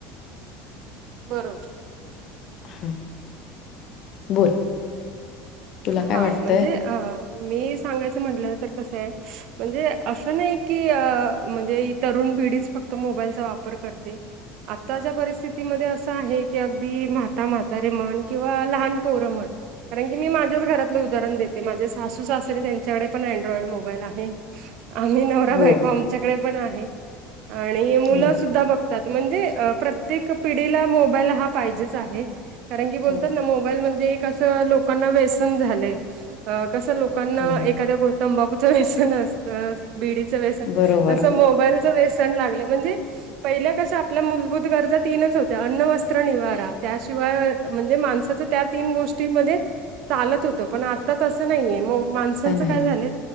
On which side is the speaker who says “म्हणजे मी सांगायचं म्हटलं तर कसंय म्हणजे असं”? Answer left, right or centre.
Right